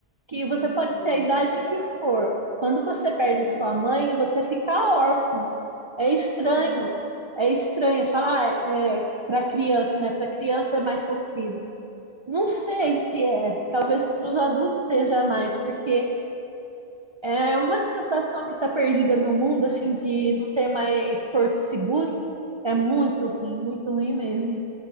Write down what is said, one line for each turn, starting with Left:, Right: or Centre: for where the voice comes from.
Right: Que
Left: Muito
Right: você pode
Left: triste.
Right: ter a idade que for. Quando você
Left: Sim,
Right: perde a sua mãe, você fica órfão. É estranho.
Left: sim.
Right: É estranho falar, ah, é para criança, né? Para criança é mais sofrido Não sei se é. Talvez para os adultos seja mais, porque é uma sensação de estar perdida no mundo, assim, de não ter mais porto seguro. É muito ruim, muito ruim mesmo.